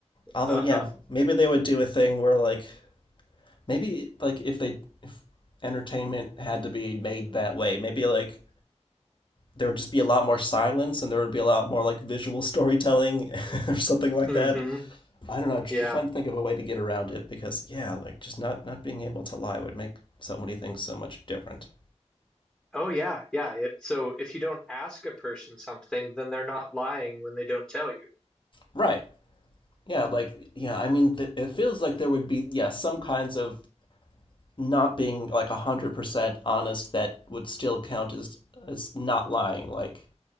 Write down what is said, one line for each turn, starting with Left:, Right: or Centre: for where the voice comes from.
Left: although
Centre: Uh-huh.
Left: yeah, maybe they would do a thing where like maybe like if they if entertainment had to be made that way, maybe like there would just be a lot more silence and there would be a lot more like visual storytelling <laughs> or something like
Centre: hmm
Left: that. I don't know, just
Centre: Yeah.
Left: trying to think of a way to get around it because yeah, like just not not being able to lie would make so many things so much different.
Centre: Oh yeah, yeah. It, so if you don't ask a person something, then they're not lying when they don't tell you.
Left: Right. Yeah, like yeah, I mean th- it feels like there would be yeah, some kinds of not being like 100% honest that would still count as as not lying like